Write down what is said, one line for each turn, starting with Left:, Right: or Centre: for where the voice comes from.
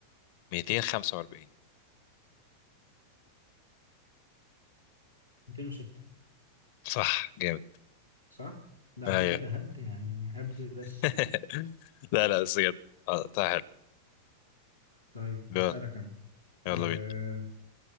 Left: 245
Right: 206
Left: صح جامد
Right: صح؟ ده على
Left: ايوه
Right: فكرة ده هبد يعني هبد بس
Left: <laughs> لا لا بس بجد آه، طيب حلو
Right: <laughs> طيب
Left: يلا
Right: هسألك أنا أه
Left: يلا بينا